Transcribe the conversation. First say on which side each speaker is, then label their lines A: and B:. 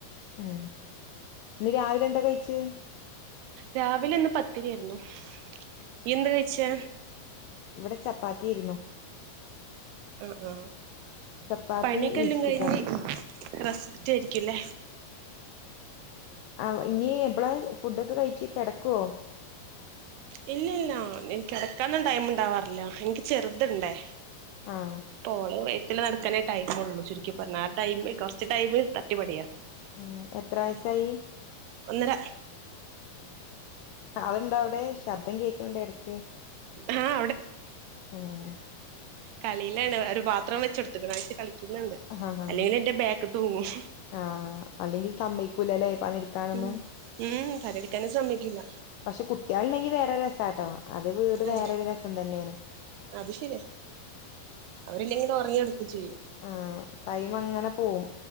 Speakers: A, on the left (about 85°); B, on the right (about 80°).
A: ഉം ഇന്ന് രാവിലെ എന്താ കഴിച്ചേ?
B: രാവിലെ ഇന്ന് പത്തിരിയാരുന്നു. ഇയെന്താ കഴിച്ചേ?
A: ഇവടെ ചപ്പാത്തി ആരുന്നു.
B: ആഹ് ആഹ്
A: ചപ്പാത്തി
B: പണിയ്ക്കെല്ലും
A: ഈസ്റ്റു
B: കഴിഞ്ഞ്
A: കറി
B: റസ്സ്റ്റാരിക്കുംല്ലേ?
A: ആഹ് ഇനി എപ്പള ഫുഡൊക്കെ കഴിച്ച് കെടക്കുവോ?
B: ഇല്ലില്ലില എനിക്ക് കെടക്കാനോന്നും ടൈമോണ്ടാക്കാറില്ല എനിക്ക് ചെറുത്ണ്ടേ.
A: ആഹ്
B: പ്പോളെ <unintelligible> നടക്കാനേ ടൈം ഒള്ളു ചുരുക്കി പറഞ്ഞ ആ ടൈമി കൊറച്ച് ടൈമ് തട്ടി പടിയാ
A: ഉം എത്ര വയസായി?
B: ഒന്നര
A: ഉം ആളുണ്ടോ അവടെ ശബ്ദം കേക്കണ്ട് എടക്ക്
B: ആഹ്
A: ആഹ്
B: കളിയിലണ് വേറൊരുപാത്രം വെച്ച് കൊടുത്തേക്കണ് കളിക്കുന്നുണ്ട്
A: ആ
B: അല്ലെങ്കിൽ
A: ആ
B: എന്റെ ബാക്ക് തൂങ്ങും.
A: ആഹ് അല്ലെങ്കിൽ സമ്മയ്ക്കൂലല്ലേ പണിയെടുക്കാനൊന്നും
B: ഉം ഉം തഴെല് നിക്കാൻ സമ്മയ്ക്കില്ല.
A: പക്ഷെ കുട്ടികള്ഉണ്ടെങ്കിൽ വേറെ ഒരു രസാട്ടോ അത് വീട്
B: ആഹ്
A: വേറെരു രസം തന്നെയാണ്.
B: അത് ശരി അവരില്ലെങ്കി ഉറങ്ങികെടുക്കയും ചെയ്യും.
A: ആഹ് ടൈം അങ്ങനെ പോകും